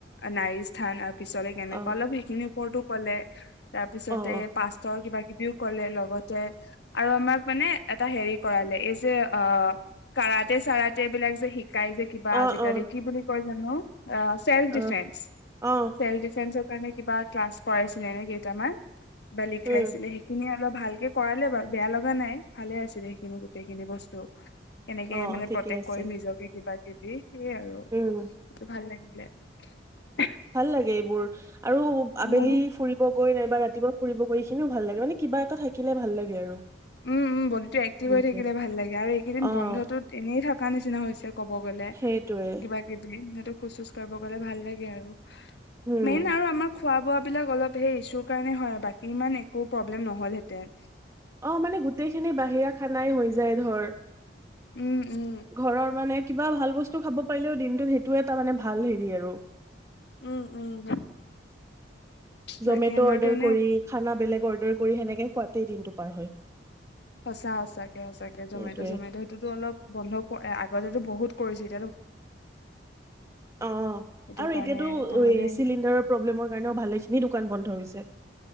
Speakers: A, on the left; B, on the right.
A: নাৰী স্থান আৰু। পিছলে কেনেকুৱা
B: অ',
A: অলপ সেইখিনিৰ ওপৰতো কলে। তাৰ পিছতে
B: অ', অ',
A: পাষ্ট্তৰ কিবা, কলে লগতে আৰু আমাক মানে এটা হেৰি কৰালে, এই যে অ কাৰাতে চাৰতে এইবিলাক যে শি যে কিবা
B: অ',
A: আজিকালি
B: অ',
A: কি বুলি কয়? হ ন <unintelligible> ছেলফ
B: অ',
A: ডিফেন্স
B: অ
A: ছেল্ফ ডিফেন্ <unintelligible> মানে কিবা ক্লছ। কৰাই ছিলে নে কেইটামান? বা লিখাইছিলে
B: উম,
A: সেইখিনিয়ে। অলপ ভালকে কৰালে বাৰু। বেয়া লগা নাই ভালে আছিলে সেইখিনি গোটেই খিনি বস্তু। কেনেকে
B: অ',
A: মানে
B: ঠিকে
A: প্ৰটেক্
B: আছে
A: কৰিম নিজকে কিবা। ি <unintelligible> সেইয়ে আৰু
B: উম,
A: সেইটো ভাল লাগে। এ
B: ভাল লাগে এইবোৰ আৰু। আবেলি
A: উম
B: ফুৰিব গৈ নাইবা ৰাতিপুৱা ফুৰিব গৈ কিনিও ভাল লাগে ন। মানে কিবা এটা থাকিলে ভাল লাগে আৰু।
A: উম উম বডিটো এক্টিভ
B: উম,
A: হৈ থাকিলে ভাল লাগে আৰু এইকেইদিন
B: অ',
A: বন্ধটোত এনেই থাকো। নিচিনা হৈছে। কব গ'লে
B: সেইটোৱে
A: কিবা কিবি। টো খোজ চোজা কাঢ়িব গলে ভাল লাগে আৰু।
B: উম।
A: মেইন আৰু আমাৰ। খোৱা বোৱাবলাক অলপ সেই ইচুৰ কাৰণে হয় বাকী ইমান একো প্ৰব্লেম নহল হেতেন।
B: অ মানে গোটেই খিনি বাহিৰা খানাই হৈ যায় ধৰ
A: উম উম
B: ঘৰৰ মানে, কিবা ভাল বস্তু খাব পাৰিলেও, দিনটোত সেইটোয়ে এটা মানে ভাল হেৰি আৰু
A: উম উম।
B: জমেট
A: বাকী আমাৰতো
B: অৰ্ডাৰ
A: এনে
B: কৰি
A: একো
B: খানা বেলেগ অৰ্ডাৰ। কৰি সেনেকে খুৱতেই দিনটো পাৰ হয়।
A: সঁচা সঁচাকে সঁচাকে জমেট
B: সেইটোয়ে
A: চমেট' সেইটোতো অলপ বন্ধ আগতে তো বহুত? কৰিছিল?
B: অ আৰু
A: সেইটো কাৰণে
B: এতিয়াতো
A: নহ'লে এনে
B: চিলিণ্ডাৰৰ প্ৰব্লেমৰ কাৰণেও ভালে খিনি দোকান বন্ধ হৈছে। একাক।